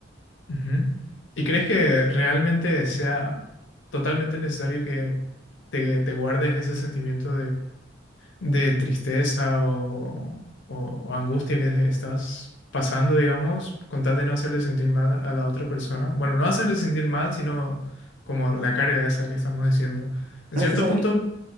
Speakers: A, on the left; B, on the right.
A: Ujú. ¿Y crees que realmente sea totalmente necesario que te, te guardes ese sentimiento de tristeza o, o- o angustia que estás pasando, digamos, con tal de no hacerle sentir mal a la otra persona. Bueno, no hacerle sentir mal, sino como la carga esa que estamos diciendo. En
B: No
A: cierto
B: es necesario,
A: punto,